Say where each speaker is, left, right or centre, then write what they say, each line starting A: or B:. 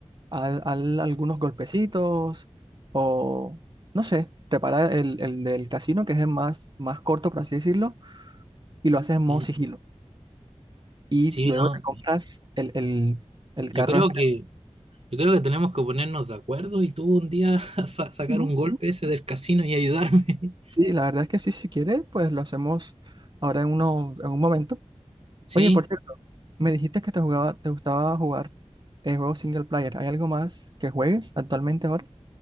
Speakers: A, on the right; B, on the right.
A: al, al- algunos golpecitos o, no sé, preparar el, el del casino, que es el más, más corto, por así decirlo, y lo haces en modo
B: sí.
A: sigilo. Y
B: Sí,
A: luego
B: no,
A: te compras el, el, el
B: yo
A: carro
B: creo
A: este.
B: que, yo creo que tenemos que ponernos de acuerdo y tú un día <laughs> sa- sacar
A: ¿no?
B: un golpe
A: Sí,
B: ese del casino y ayudarme. <laughs>
A: sí, la verdad es que sí, si quieres, pues lo hacemos ahora en, uno, en un momento.
B: ¿Sí?
A: Oye, por cierto, me dijiste que te jugaba, te gustaba jugar eh, juegos single player. ¿Hay algo más que juegues actualmente ahora?